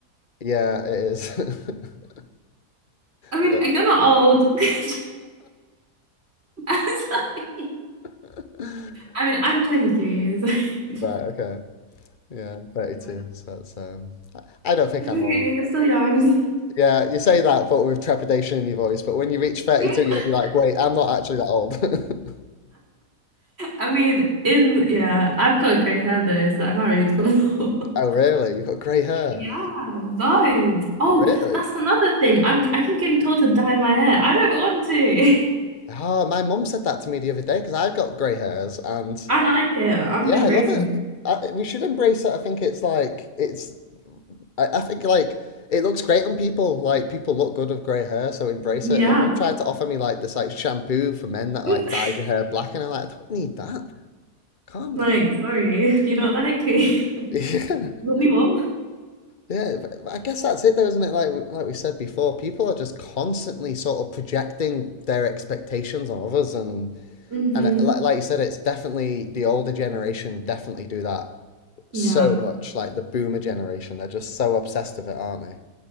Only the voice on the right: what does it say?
<laughs> I mean,
you're not old. <laughs> I'm sorry.
I mean, I'm 23, so <laughs>
Yeah.
Okay,
you're still young. <laughs>
Mm,
I mean, in yeah, I've got grey hair though, so I can't really tell.
<laughs>
Yeah, loads. Oh,
that's another thing. I'm I keep getting told to dye my hair. I don't want to.
<laughs> I like it. I'm
embracing
it.
Yeah.
<laughs>
Like,
sorry. Do you not like me?
<laughs> Want
me, mom?
hmm
Yeah.